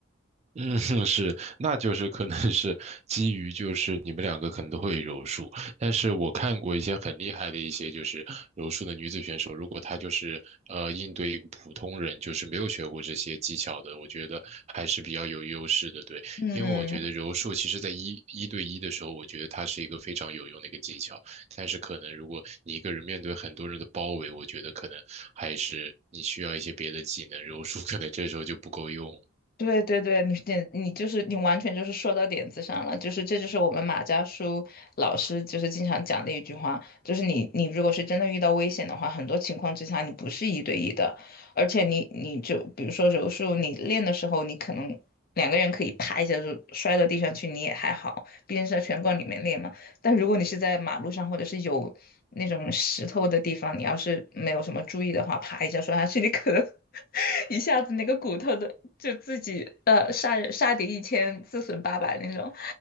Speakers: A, on the right (about 35°); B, on the left (about 45°).
A: 嗯，<laughs> 是，那就是可能是基于就是你们两个可能都会柔术，但是我看过一些很厉害的一些就是柔术的女子选手，如果她就是呃应对一个普通人，就是没有学过这些技巧的，我觉得还是比较有优势的，对，
B: 嗯，
A: 因为我觉得柔术其实在一一对一的时候，我觉得它是一个非常有用的一个技巧，但是可能如果你一个人面对很多人的包围，我觉得可能还是你需要一些别的技能，柔术可能这时候就不够用了。<laughs>
B: 对对对，你点你就是你完全就是说到点子上了，就是这就是我们马家书老师就是经常讲的一句话，就是你你如果是真的遇到危险的话，很多情况之下你不是一对一的，而且你你就比如说柔术，你练的时候你可能两个人可以啪一下就摔到地上去，你也还好，毕竟是在拳馆里面练嘛。但如果你是在马路上或者是有那种石头的地方，你要是没有什么注意的话，啪一下摔下去，你可能 <laughs> 一下子那个骨头都就自己呃杀人杀敌一千自损八百那种，